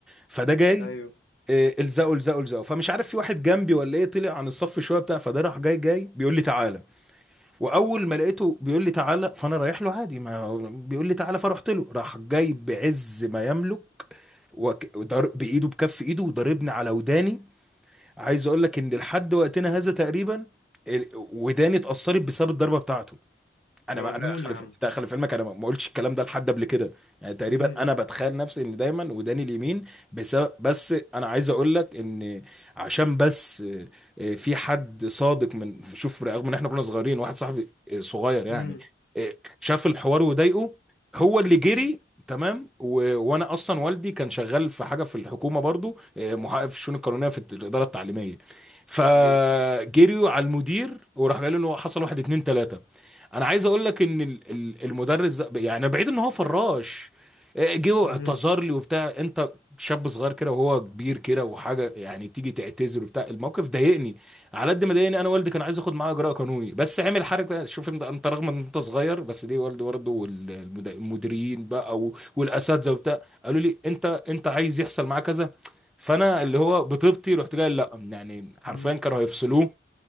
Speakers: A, in the centre; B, on the left (about 60°).
A: فده جاي
B: ايوه
A: آه، الزقوا الزقوا الزقوا فمش عارف في واحد جنبي ولا ايه طلع عن الصف شويه بتاع فده راح جاي جاي بيقول لي تعالى واول ما لقيته بيقول لي تعالى فانا رايح له عادي ما بيقول لي تعالى فرحت له راح جاي بعز ما يملك وك... وضر... بايده بكف ايده وضربني على وداني عايز اقول لك ان لحد وقتنا هذا تقريبا ال- وداني اتأثرت بسبب الضربة بتاعته انا
B: ده
A: ما
B: مجنون
A: انا خلف
B: يا عم
A: انت خلف علمك انا ما ما قلتش الكلام ده لحد قبل كده يعني تقريبا
B: امم
A: انا بتخيل نفسي ان دايما وداني اليمين بسبب بس انا عايز اقول لك ان عشان بس آه، في حد صادق من شوف رغم ان احنا كنا صغيرين واحد صاحبي آه، صغير يعني
B: امم
A: آه، شاف الحوار وضايقه هو اللي جري تمام و... وانا اصلا والدي كان شغال في حاجه في الحكومه برضو آه، محقق في الشؤون القانونيه في الاداره التعليميه فجريوا
B: ايوه
A: على المدير وراح قال له إنه حصل واحد اتنين تلاته انا عايز اقول لك ان ال- ال- المدرس ده يعني بعيد ان هو فراش آه، جه واعتذر
B: امم
A: لي وبتاع انت شاب صغير كده وهو كبير كده وحاجه يعني تيجي تعتذر وبتاع الموقف ضايقني على قد ما ضايقني انا والدي كان عايز ياخد معاه اجراء قانوني بس عامل حركه شوف انت انت رغم ان انت صغير بس ليه والدي برضه والمديرين بقى و- والاساتذه وبتاع قالوا لي انت انت عايز يحصل معاه كذا فانا اللي هو بطيبتي رحت جاي لا يعني حرفيا
B: امم
A: كانوا هيفصلوه